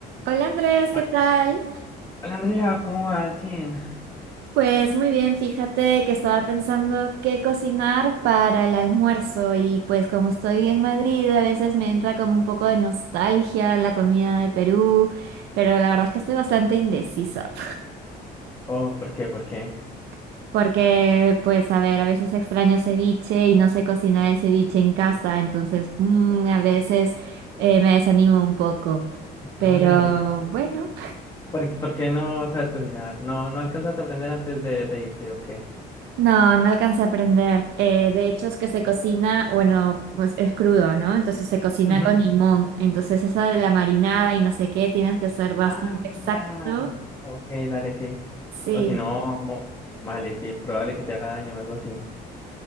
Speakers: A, on the right; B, on the left.
A: Hola Andrés, ¿qué
B: Hola
A: tal?
B: Andrea, ¿cómo va al fin?
A: Pues muy bien, fíjate que estaba pensando qué cocinar para el almuerzo y pues como estoy en Madrid a veces me entra como un poco de nostalgia la comida de Perú, pero la verdad es que estoy bastante indecisa
B: Oh, ¿por qué? ¿Por qué?
A: <laughs> porque pues a ver, a veces extraño ceviche y no sé cocinar el ceviche en casa, entonces mm, a veces eh, me desanimo un poco,
B: Dale.
A: pero bueno.
B: ¿Por, por qué no sabes cocinar? ¿No, no alcanzaste a aprender antes de, de irte o qué?
A: No, no alcancé a aprender. Eh, de hecho, es que se cocina, bueno, pues es crudo, ¿no? Entonces se cocina
B: Ujú.
A: con limón. Entonces esa de la marinada y no sé qué, tienes que ser bastante
B: Ah,
A: exacto.
B: ok, dale, sí.
A: Sí,
B: O si no, vale, sí, probable que te haga daño o algo así.